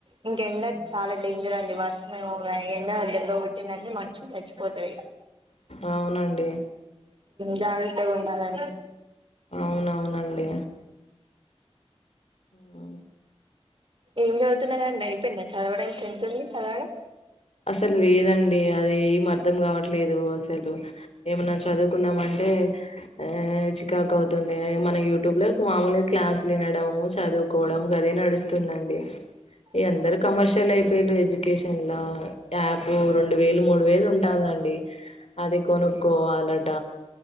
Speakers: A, on the right; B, on the left.
A: ఇంకెండకి
B: ఉమ్.
A: చాలా డేంజర్ అండి వర్షమ ఏమో కానీ ఎండ దెబ్బ కొట్టిందంటే మనషులు చచ్చిపోతారు ఇగ
B: అవునండి
A: జాగ్రత్తగ ఉండాలి అండి
B: అవునవునండి ఆ
A: ఏం చదువుతున్నరండి అయిపోయింది చదవడం ఇంకా ఎంతుంది చదవడం
B: అసలు లేదండి అది ఏం అర్ధం కావట్లేదు. అసలు ఏమన్నా చదువుకుందాం అంటే ఆ చికాకు అవుతుంది మనం యూట్యూబ్ లో మామూలుగా క్లాసు వినడం చదువుకోవడం గదే నడుస్తు దండి ఏ అందరు కమర్షియల్ అయిపోయలు ఎడ్యుకేషన్ లా యాప్ రెండు వేలు మూడు వేలు ఉంటందిండి. అది కొనుక్కోవాలట